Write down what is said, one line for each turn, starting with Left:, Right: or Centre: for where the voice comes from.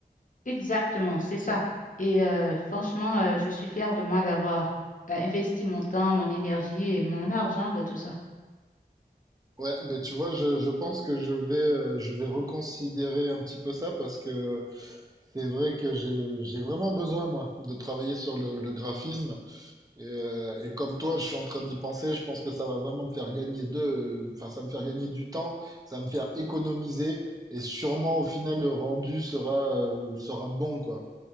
Left: Exactement, c'est ça. Et euh, franchement, euh, je suis fière de moi d'avoir euh, investi mon temps, mon énergie et mon argent de tout ça.
Right: Ouais, mais tu vois, je, je pense que je vais, euh, je vais reconsidérer un petit peu ça parce que C'est vrai que j'ai j'ai vraiment besoin, moi, de travailler sur le, le graphisme. Et, euh, et comme toi, je suis en train d'y penser. Je pense que ça va vraiment me faire gagner de, enfin, ça va me faire gagner du temps, ça va me faire économiser, et sûrement au final le rendu sera euh, sera bon, quoi.